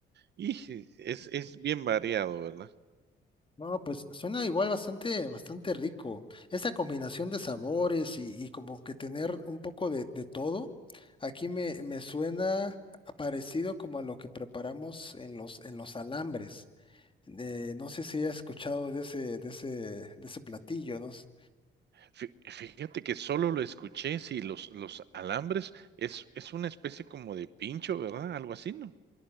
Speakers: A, on the right; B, on the left.
A: y sí, es es bien variado, ¿verdad?
B: No, pues suena igual bastante, bastante rico. Esta combinación de sabores y, y como que tener un poco de, de todo, aquí me, me suena parecido como a lo que preparamos en los, en los alambres. Eh, no sé si has escuchado de ese, de ese, de ese platillo, no, s-
A: Fi fíjate que solo lo escuché, sí, los los alambres es es una especie como de pincho, ¿verdad? Algo así, ¿no?